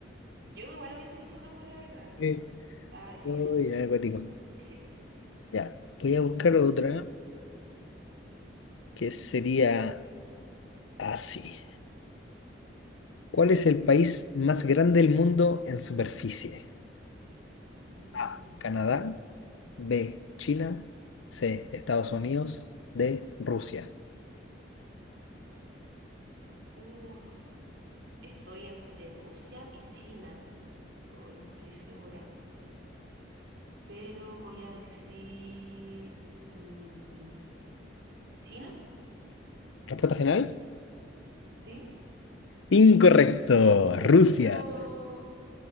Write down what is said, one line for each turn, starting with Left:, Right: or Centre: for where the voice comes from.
Right: yo igual hubiese dicho Japón, la verdad.
Left: Eh,
Right: ¿eh? Estaba difícil.
Left: oh, ya, acuático.
Right: <laughs>
Left: Ya, voy a buscar
Right: Mi
Left: otra
Right: turno.
Left: que sería así. ¿Cuál es el país más grande del mundo en superficie?
Right: Mm,
Left: A. Canadá.
Right: ya.
Left: B. China. C. Estados Unidos. D. Rusia.
Right: Uf, estoy entre Rusia y China. Hoy no estoy segura. pero voy a decir mm, China,
Left: ¿Respuesta final?
Right: ¿sí?
Left: Incorrecto. Rusia.
Right: No,